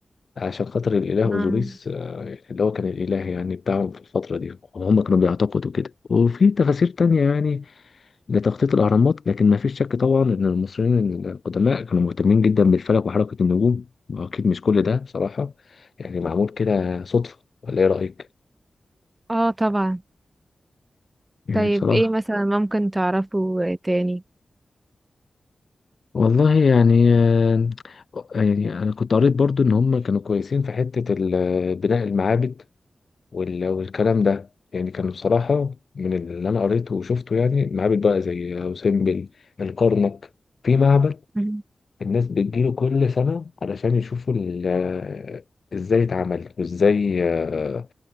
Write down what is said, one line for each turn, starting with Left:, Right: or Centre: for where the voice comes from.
Left: عشان خاطر الإله أوزوريس
Right: اه
Left: آه، يعني اللي هو كان الإله يعني بتاعهم في الفترة دي وهم كانوا بيعتقدوا كده وفي تفاسير تانية يعني لتخطيط الأهرامات لكن ما فيش شك طبعا إن المصريين القدماء كانوا مهتمين جدا بالفلك وحركة النجوم وأكيد مش كل ده بصراحة يعني معمول كده صدفة ولا إيه رأيك؟
Right: آه طبعا
Left: يعني
Right: طيب
Left: بصراحة
Right: ايه مثلا ممكن تعرفه تاني
Left: والله يعني آه، يعني أنا كنت قريت برضو إن هم كانوا كويسين في حتة ال- بناء المعابد وال- والكلام ده يعني كان بصراحة من اللي أنا قريته وشفته يعني معابد بقى زي أوسمبل الكرنك في معبد
Right: مم.
Left: الناس بتجيله كل سنة علشان يشوفوا ال- ازاي اتعمل وازاي آه،